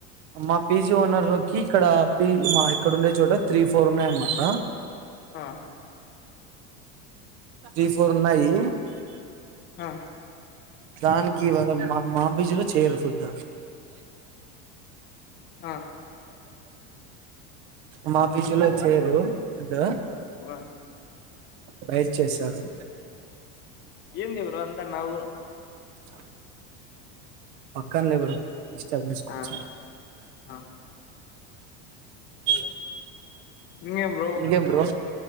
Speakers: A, on the right; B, on the left.
A: మా పీజీ ఓనర్ కి ఇక్కడ పి మా ఇక్కడ ఉండే చోట త్రీ ఫోర్ ఉన్నాయ్ అనమాట
B: ఆ
A: త్రీ ఫోర్ ఉన్నాయి
B: ఆ
A: దానికి మా మా పిజులో చేయాలి ఫుడ్
B: ఆ
A: మా ఫీజు లో చేరు ఫుడ్
B: ఆ
A: బైట్ చేశారు
B: ఏంది బ్రో అంతనవు
A: ఆ పక్కన లే బ్రో డిస్టర్బెన్స్ కొంచిం
B: ఆ ఆ
A: ఇ
B: ఇంకేం బ్రో
A: ఇంకెం బ్రో